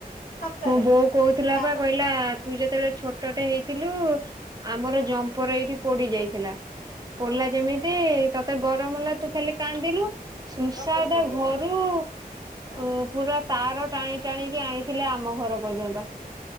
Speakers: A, on the left (about 70°); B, on the right (about 25°).
A: ସତରେ
B: ମୋ ବୋଉ କହୁଥିଲା
A: ଆମ
B: ପା କହିଲା ତୁ ଯେତେବେଳେ ଛୋଟ ଟେ ହେଇ ଥିଲୁ ଆମର ଜମ୍ପର ଏଇଠି ପୋଡି ଯାଇଥିଲା
A: ହଁ।
B: ପୋଡିଲା ଯେମିତି ମତେ ଗରମ ହେଲା ତୁ ଖାଲି କାନ୍ଦିଲୁ ସୁସାଦା
A: ଜମ୍ପର ପଡିଗଲା
B: ଘରୁ
A: ଆଁ
B: ହୁଁ ପୁରା ତାର ଟାଣି ଟାଣିକି ଆଣିଥିଲେ ଆମ ଘର ପର୍ଯ୍ୟନ୍ତ।